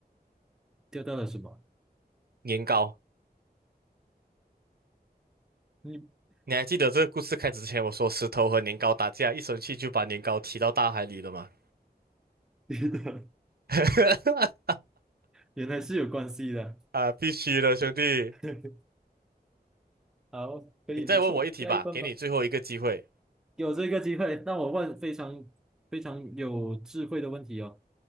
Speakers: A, in the centre; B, on the right.
A: 钓到了什么？
B: 年糕。
A: 你
B: 你还记得这个故事开始之前我说石头和年糕打架，<laughs> 一生气就把年糕踢到大海里了吗？
A: <laughs>
B: <laughs>
A: 原来是有关系的。
B: 啊，必须的，兄弟。
A: <laughs> 好，可以，
B: 你再问我一题吧，
A: 不错，加一分吧。
B: 给你最后一个机会。
A: 有这个机会，那我问非常非常有智慧的问题哦。